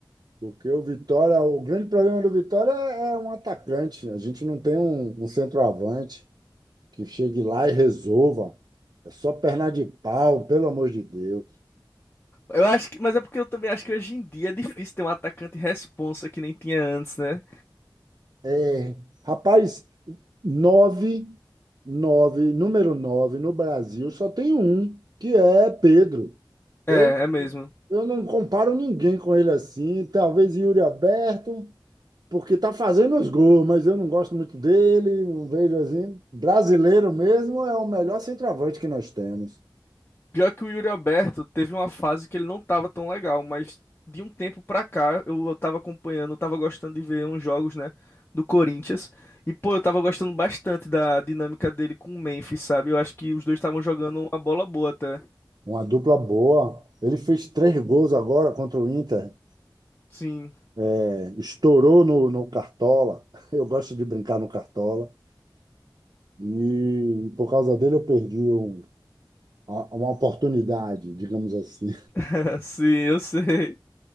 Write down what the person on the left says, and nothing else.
Eu acho que, mas é porque eu também acho que hoje em dia é difícil ter um atacante responsa que nem tinha antes, né?
É,
é mesmo.
Pior que o Yuri Alberto teve uma fase que ele não tava tão legal, mas de um tempo pra cá eu tava acompanhando, eu tava gostando de ver uns jogos, né, do Corinthians. E pô, eu tava gostando bastante da dinâmica dele com o Memphis, sabe? Eu acho que os dois estavam jogando uma bola boa até.
Sim,
<laughs> sim, eu sei.